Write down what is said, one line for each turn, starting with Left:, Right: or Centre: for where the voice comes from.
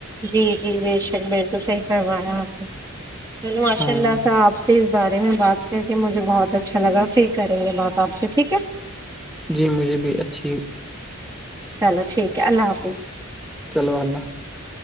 Right: جی جی <unintelligible> بے شک بالکل صحیح فرمایا آپ نے چلو ماشاء
Centre: ہاں
Right: اللہ صاح آپ سے <unintelligible> بارے میں بات کر کے مجھے بہت اچھا لگا پھر کریں گے بات آپ سے ٹھیک ہے <unintelligible>
Centre: جی مجھے بھی اچھی <unintelligible>
Right: چلو ٹھیک ہے اللہ حافظ <unintelligible>
Centre: چلو اللہ <unintelligible>